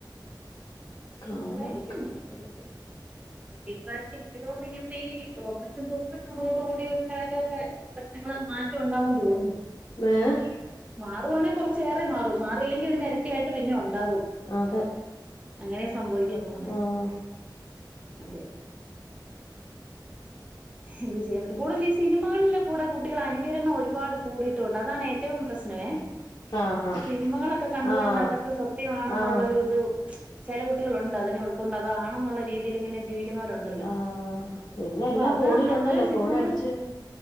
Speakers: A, on the left (about 55°); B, on the right (about 15°).
A: കാലം
B: അതായിരിക്കും ഒരു ഈ പ്രാവശം എനിക്ക് തോന്നുന്നു ഇങ്ങനത്തെ ഈ ഓപ്പറേഷൻ തൂഫാൻ വന്നതോടു കൂടി ഒരു കാര്യൊക്കെ പ്രശ്നങ്ങൾ മാറ്റം ഉണ്ടാവുമെന്ന് തോന്നുന്നു
A: ഏഹ്
B: മാറുവാണെിൽ കുറച്ചേറെ മാറും മാറിയില്ലെങ്കിൽ ഇതിന് ഇരട്ടിയായിട്ട് പിന്നെ ഉണ്ടാവും
A: അതെ
B: അങ്ങനെയ സംഭവിക്കാൻ പോന്നെ
A: ആഹ്
B: അതെ എന്ത് ചെയ്യാൻ പറ്റും കൂടുതൽ ഈ സിനിമകളിലെ കൂടെ കുട്ടികൾ അനുകരണം ഒരുപാട് കൂടിയിട്ടുണ്ട് അ താണ് ഏറ്റവും പ്രശ്നമേ
A: ആഹ് ആഹ്
B: ഈ സിനിമകളൊക്കെ കണ്ട്
A: ആഹ്
B: കണ്ട് അതൊക്കെ സത്യമാണെന്നുള്ളരു
A: ആഹ്
B: ഇത് ചില കുട്ടികളുണ്ട് അതിനെയുൾക്കൊണ്ട്, അതാണെന്നുള്ള രീതിയിലിങ്ങനെ ജീവിക്കുന്നവരുണ്ടല്ലോ
A: ആഹ് പിന്നെ
B: അപ്പൊ
A: എല്ലാം
B: അത്
A: ഫോണിലുണ്ടല്ലോ
B: അത്തരം സിനിമകള്
A: ഫോണടിച്ച്